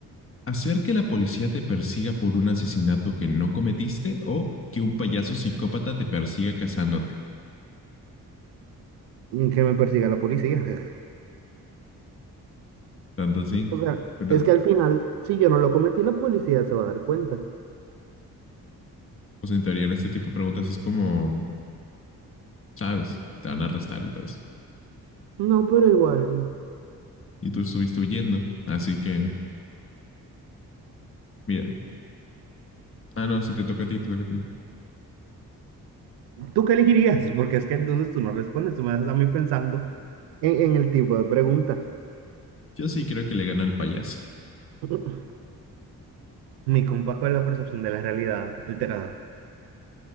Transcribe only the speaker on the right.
Que me persiga la policía. <laughs>
O sea,
es que al final, si yo no lo cometí, la policía se va a dar cuenta.
No, pero igual.
¿Tú qué elegirías? <laughs> Porque es que entonces tú no respondes, tú me dejas a mí pensando en, en el tipo de pregunta.
<laughs> Mi compa con la percepción de la realidad alterada.